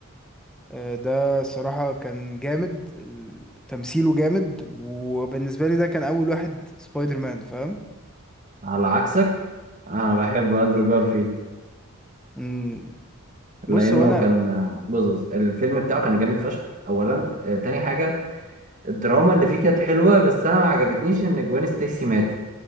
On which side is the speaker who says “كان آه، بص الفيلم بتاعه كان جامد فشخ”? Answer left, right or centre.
Right